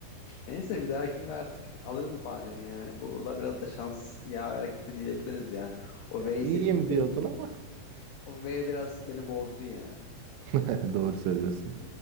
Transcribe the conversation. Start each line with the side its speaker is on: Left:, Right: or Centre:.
Left: Neyse bir dahakinde artık alırım ifadeni yani. Burada biraz da şans yaver gitti diyebiliriz yani. O
Right: E,
Left: V'yi
Right: İyiyim
Left: seçmeseydim.
Right: diyordun ama
Left: O V biraz beni bozdu ya.
Right: <laughs> doğru söylüyorsun.